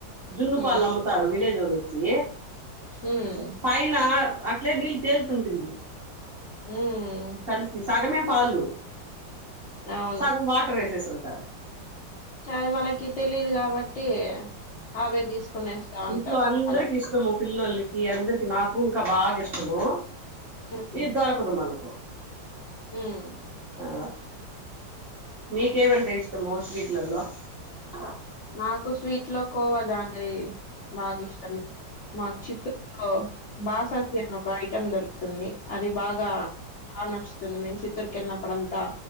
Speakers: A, on the right (about 40°); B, on the left (about 65°).
A: జున్న పాలు
B: ఉమ్
A: అమ్ముతారు విలే తేజ్ వాళ్లొచ్చి
B: ఉమ్
A: చె పైనా అట్లే నీళ్ళు తేలుతుంటుంది
B: ఉమ్
A: కలిసి సగమే ఫలు
B: అవును
A: సగం వాటర్ వేసేస్ల్ సార్
B: త మన మకి తెలిదు కాబట్టి అవే తీసుకునేస్తా
A: ఇంట్లో
B: ఉంటారు
A: అందరికి
B: అలా
A: ఇష్టము పిల్లలకి ఈ అందరికి నాకు ఇంకా బాగా ఇష్టము
B: ఉమ్
A: ఇది దొరకదు మనకు
B: ఉమ్
A: ఆ మీకేమంట ఇస్త ఇ మోస్ వీట్లలో ఓ
B: నాకు స్వీట్ లో కోవా జాంగరి బగా ఇష్టం మాకు చిత్ర బాస అను ఒక చం దొరుకుతుంది అది బాగా బా నచ్చుంది ంది మేము చిత్తూరుకి వెళ్ళినప్పుడంతా